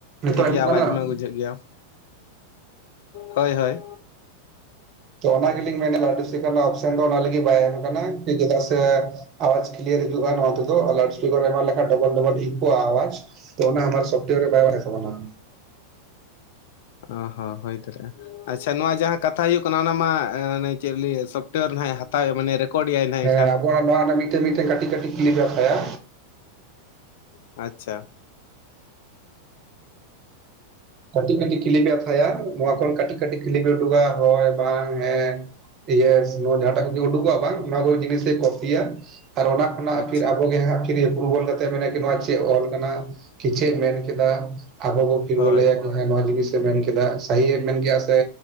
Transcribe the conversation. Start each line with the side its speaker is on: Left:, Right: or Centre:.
Right: ᱱᱤᱛᱚᱜ
Left: ᱴᱷᱤᱠ ᱜᱮᱭᱟ
Right: ᱮᱢᱚᱜ
Left: ᱟᱣᱟᱡ
Right: ᱠᱟᱱᱟ
Left: ᱢᱟ ᱵᱩᱡᱷᱟᱹᱜ ᱜᱮᱭᱟ ᱦᱳᱭ ᱦᱳᱭ
Right: ᱛᱚ ᱚᱱᱟ ᱜᱮᱞᱤᱧ ᱢᱮᱱᱟ <unintelligible> ᱨᱮᱱᱟᱜ ᱚᱯᱥᱮᱱ ᱫᱚ ᱚᱱᱟ ᱞᱟᱹᱜᱤᱫ ᱵᱟᱭ ᱮᱢ ᱟᱠᱟᱱᱟ ᱪᱮᱫᱟᱜ ᱥᱮ ᱟᱭᱟᱡ ᱠᱤᱭᱟᱨ ᱦᱤᱡᱩᱜᱼᱟ ᱱᱚᱭᱟ ᱛᱮᱫᱚ ᱟᱨ ᱞᱟᱣᱩᱰ ᱤᱯᱤᱠᱟᱨ ᱮᱢᱟ ᱞᱮᱠᱷᱟᱱ ᱰᱚᱵᱚᱞ ᱰᱚᱵᱚᱠ ᱤᱠᱳᱟ ᱟᱭᱟᱡ ᱛᱚ ᱚᱱᱟ ᱟᱵᱟᱨ ᱥᱚᱯᱴᱚᱭᱟᱨ ᱵᱟᱭ ᱨᱟᱠᱟᱵᱚ -ᱟ
Left: ᱚ ᱦᱚᱸ ᱦᱳᱭ ᱫᱟᱲᱮᱟ ᱟᱪᱪᱷᱟ ᱱᱚᱣᱟ ᱡᱟᱦᱟᱸ ᱠᱟᱛᱷᱟ ᱦᱩᱭᱩᱜ ᱠᱟᱱᱟ ᱚᱱᱟ ᱢᱟ ᱪᱮᱫ ᱞᱟᱹᱭᱟ ᱥᱚᱯᱷᱴᱚᱭᱟᱨ ᱱᱟᱦᱟᱜ ᱦᱟᱛᱟᱣᱮᱫ ᱢᱟᱱᱮ ᱨᱮᱠᱚᱨᱰ ᱮᱟᱭ ᱱᱟᱦᱟᱜ
Right: ᱦᱮᱸ
Left: ᱮᱱᱠᱷᱟᱱ
Right: ᱟᱵᱚᱭᱟᱜ ᱱᱚᱣᱟ ᱨᱮᱱᱟᱜ ᱢᱤᱫᱴᱮ ᱢᱤᱫᱴᱮ ᱠᱟᱹᱴᱤᱡ ᱠᱟᱹᱴᱤᱡ ᱠᱞᱤᱯᱮ ᱦᱟᱛᱟᱭᱟ
Left: <inaudible> ᱟᱪᱪᱷᱟ
Right: ᱠᱟᱹᱴᱤᱡ ᱠᱟᱹᱴᱤᱡ ᱠᱤᱞᱤᱯ ᱮ ᱦᱟᱛᱷᱟᱭᱟ ᱱᱚᱣᱟ ᱠᱷᱚᱱ ᱠᱟᱹᱴᱤᱡ ᱠᱟᱹᱴᱤᱡ ᱠᱷᱤᱞᱤᱯᱮ ᱩᱰᱩᱠᱟ ᱦᱚᱳᱭ ᱵᱟᱝ ᱦᱮᱸ ᱤᱭᱮᱥ <unintelligible> ᱡᱟᱦᱟᱴᱟ ᱠᱚ ᱜᱮ ᱩᱰᱩᱠᱚ-ᱟ ᱵᱟᱝ ᱚᱱᱟ ᱠᱚ ᱡᱤᱱᱤᱥ ᱮ ᱠᱚᱯᱤᱭᱟ ᱟᱨ ᱚᱱᱟ ᱠᱷᱚᱱᱟᱜ
Left: ᱟᱪᱪᱷᱟ
Right: ᱯᱷᱤᱨ ᱟᱵᱚᱜᱮ ᱦᱟᱸᱜ ᱮᱯᱨᱩᱵᱚᱞ ᱠᱟᱛᱮ ᱢᱮᱱᱟ ᱠᱤ ᱱᱚᱣᱟ ᱪᱮᱫ ᱚᱞ ᱟᱠᱟᱱᱟᱤ ᱪᱮᱫ ᱮ ᱢᱮᱱ ᱠᱮᱫᱟ ᱟᱵᱚ ᱵᱚ ᱯᱷᱤᱨ
Left: ᱦᱳᱭ
Right: ᱵᱚ ᱞᱟᱹᱭᱟ ᱦᱮᱸ ᱱᱚᱣᱟ ᱡᱤᱱᱤᱥᱮ ᱢᱮᱱ ᱠᱮᱫᱟ ᱥᱟᱹᱦᱤᱭᱮ ᱢᱮᱱᱠᱼᱟ ᱥᱮ